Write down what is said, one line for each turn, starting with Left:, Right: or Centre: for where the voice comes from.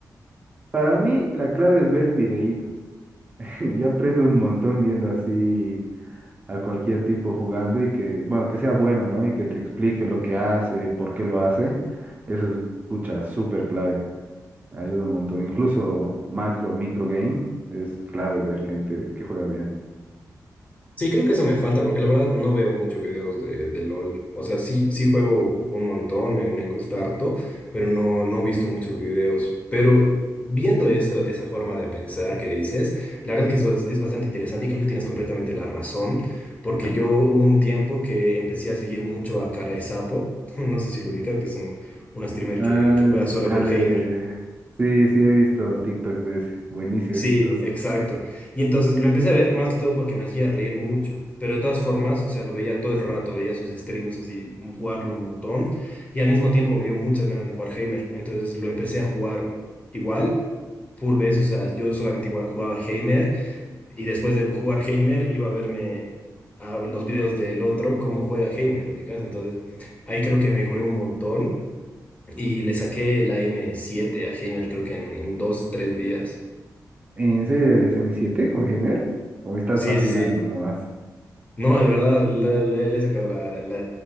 Right: Para mí, la clave es ver videitos. <laughs> Yo aprendo un montón viendo así a cualquier tipo jugando y que, bueno, que sea bueno, ¿no? Y que te explique lo que hace, por qué lo hace. Eso es, pucha, súper clave. Ayuda un montón. Incluso macro, micro game, es clave ver gente que juega bien.
Left: Sí, creo que eso me falta, porque la verdad no veo muchos videos de, de LOL. O sea, sí, sí juego un montón, me, me gusta harto, pero no, no he visto muchos videos. Pero viendo eso, esa forma de pensar que dices, la verdad que es, bas- es bastante interesante y creo que tienes completamente la razón, porque yo hubo un tiempo que empecé a seguir mucho a Cara de Sapo, <laughs> no sé si lo ubicas, que es un, un streamer
Right: Ah,
Left: que, que juega solo
Right: al
Left: con
Right: de...
Left: Heimer.
Right: Sí, sí, he visto TikToks de ese. Buenísimo,
Left: Sí,
Right: es chistoso.
Left: exacto. Y entonces lo empecé a ver más que todo porque me hacía reír mucho. Pero de todas formas, o sea, lo veía todo el rato, veía sus streams así, mm, jugarlo un montón. Y al mismo tiempo me dio muchas ganas de jugar Heimer. Entonces lo empecé a jugar igual, full veces. O sea, yo solamente igual jugaba Heimer. Y después de jugar Heimer, iba a verme a los videos del otro, cómo juega Heimer, ubicas. Entonces ahí creo que mejoré un montón. Y le saqué la m siete a Heimer, creo que en, en dos, tres días.
Right: ¿En serio eres M7 con Heimer? ¿O estás
Left: Sí,
Right: vacilando
Left: sí, sí.
Right: nomás?
Left: No, de verdad, le, le- le he sacado la, la